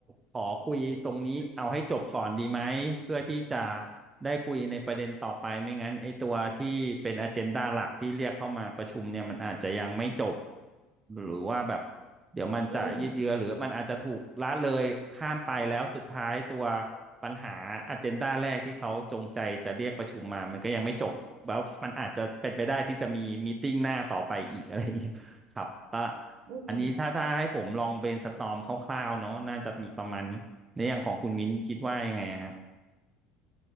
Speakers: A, on the right; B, on the right.
A: ขอคุยตรงนี้เอาให้จบก่อนดีไหมเพื่อที่จะได้คุยในประเด็นต่อไปไม่งั้นไอ้ตัวที่เป็นอเจนดาหลักที่เรียกเข้ามาประชุมเนี่ยมันอาจจะยังไม่จบหรือว่าแบบเดี๋ยวมันจะยืดเยื้อหรือมันอาจจะถูกละเลยข้ามไปแล้วสุดท้ายตัว
B: อืม
A: ปัญหาอเจนดาแรกที่เขาจงใจจะเรียกประชุมมามันก็ยังไม่จบแล้วมันอาจจะเป็นไปได้ที่จะมีมีตติ้งหน้าต่อไปอีกอะไรอย่างเงี้ยครับก็
B: อืม
A: อันนี้ถ้าถ้าให้ผมลองเบรนสตอร์มคร่าวๆเนาะน่าจะมีประมาณนี้ในอย่างของคุณมิ้นคิดว่ายังไงฮะ